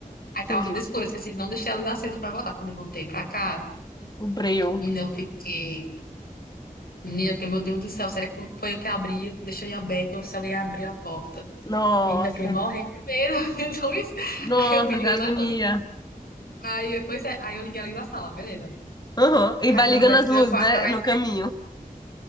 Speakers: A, on the left; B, on the left.
A: Aí tava
B: Entendi.
A: tudo escuro, eu esqueci, não deixei a luz acesa pra voltar. Quando eu voltei pra casa,
B: O breu.
A: menina, eu fiquei. Menina, eu fiquei, meu Deus do céu, será que foi eu que abri? Deixei aberta ou se alguém abriu a porta?
B: Nossa.
A: Menina, eu fiquei morrendo de medo. <laughs> Então, isso-
B: Nossa,
A: Aí eu fui ligando
B: que agonia.
A: a luz. Aí, pois é, aí eu liguei ela ali da sala, beleza.
B: Aham. E
A: Aí
B: vai
A: não
B: ligando
A: vai,
B: as luzes,
A: meu quarto
B: né?
A: tava.
B: No caminho.